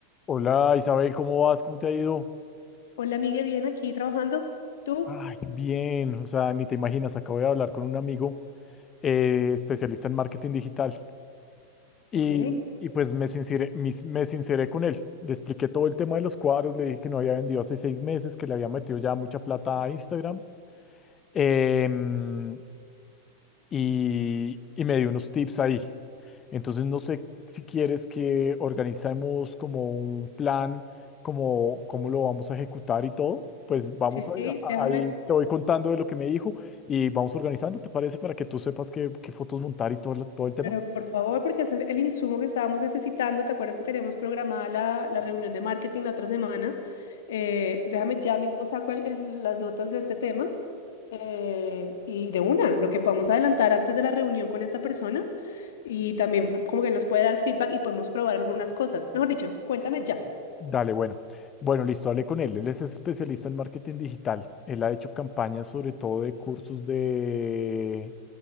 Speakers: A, on the left (about 25°); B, on the left (about 55°).
A: Hola Isabel, ¿cómo vas? ¿Cómo te ha ido?
B: Hola, Miguel, bien aquí trabajando. ¿Tú?
A: Ay, bien, o sea, ni te imaginas, acabo de hablar con un amigo eh, especialista en marketing digital y,
B: Ok,
A: y pues me sinceré, mis- me sinceré con él, le expliqué todo el tema de los cuadros, le dije que no había vendido hace seis meses, que le había metido ya mucha plata a Instagram em, y, y me dio unos tips ahí. Entonces, no sé si quieres que organicemos como un plan, como cómo lo vamos a ejecutar y todo. Pues vamos
B: Sí,
A: ahí,
B: sí,
A: a-
B: déjame.
A: ahí te voy contando de lo que me dijo y vamos organizando, ¿te parece? Para que tú sepas qué, qué fotos montar y todo, lo- todo el tema.
B: Pero por favor, porque ese es el insumo que estábamos necesitando. ¿Te acuerdas que teníamos programada la, la reunión de marketing la otra semana? Eh, déjame ya mismo saco el- el- las notas de este tema. eh, y de una, lo que podamos adelantar antes de la reunión con esta persona. Y también como que nos puede dar feedback y podemos probar algunas cosas. Mejor dicho, cuéntame ya.
A: Dale, bueno. Bueno, listo, hablé con él. Él es especialista en marketing digital. Él ha hecho campañas sobre todo de cursos de,